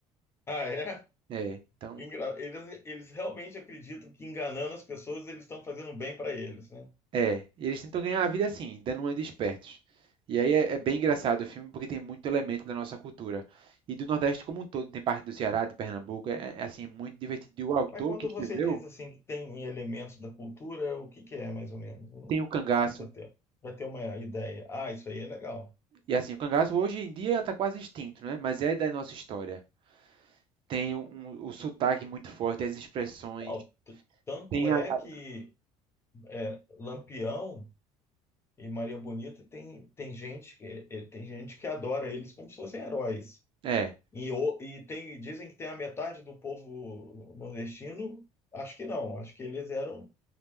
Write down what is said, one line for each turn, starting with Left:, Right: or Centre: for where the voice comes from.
Left: Ah, é?
Right: É, então.
Left: Engra- Eles, eles realmente acreditam que enganando as pessoas eles estão fazendo bem para eles, né?
Right: É, eles tentam ganhar a vida assim, dando uma de espertos. E aí é, é bem engraçado o filme porque tem muito elemento da nossa cultura. E do Nordeste como um todo, tem parte do Ceará, de Pernambuco. É, é, assim, muito divertido. E o autor
Left: Mas quando
Right: que escreveu
Left: você diz assim que tem elementos da cultura, o que que é mais ou menos?
Right: tem o cangaço
Left: Assim, para ter, para ter uma ideia. Ah, isso aí é legal.
Right: E assim, o cangaço hoje em dia está quase extinto, né? Mas é da nossa história. Tem um, um, o sotaque muito forte, as expressões.
Left: Não, t- tanto
Right: Tem
Left: é
Right: a- a-
Left: que é, Lampião e Maria Bonita tem, tem gente que, é, tem gente que adora eles como se fossem heróis.
Right: É,
Left: E, o- e tem, dizem que tem a metade do povo nordestino. Acho que não. Acho que eles eram.